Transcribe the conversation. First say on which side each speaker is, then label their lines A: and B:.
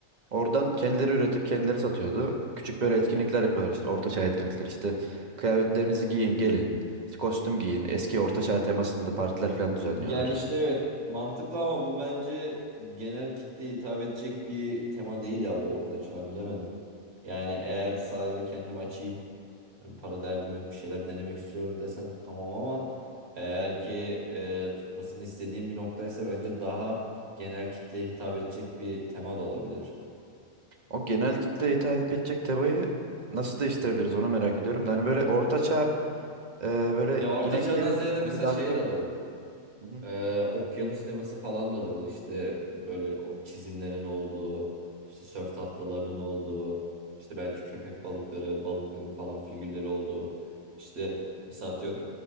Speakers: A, on the right; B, on the right.
A: Oradan kendileri üretip kendileri satıyordu. Küçük böyle etkinlikler yapıyorlar işte ortaçağ etkinlikler işte. Kıyafetlerinizi giyin gelin. İşte kostüm giyin. Eski ortaçağ temasında partiler falan düzenliyorlar.
B: Yani işte evet mantıklı ama bu bence genel kitleye hitap edecek bir tema değil ya bu orta çağ bilemedim. Yani eğer sadece kendim açayım hani para derdim yok bir şeyler denemek istiyorum desen tamam ama eğer ki e, tutmasını istediğim bir noktaysa bence daha genel kitleye hitap edecek bir tema da olabilir.
A: O genel kitleye hitap edecek tebayı nasıl değiştirebiliriz onu merak ediyorum. Da hani böyle ortaça e, böyle
B: Ya orta
A: ineklerin
B: çağdan ziyade mesela
A: böyle daha
B: şey
A: çok
B: de olabilir.
A: Hı hı.
B: Ee, okyanus teması falan da olabilir. İşte böyle o çizimlerin olduğu, işte sörf tahtalarının olduğu, işte belki köpek balıkları, balıkların falan figürleri olduğu. İşte mesela atıyorum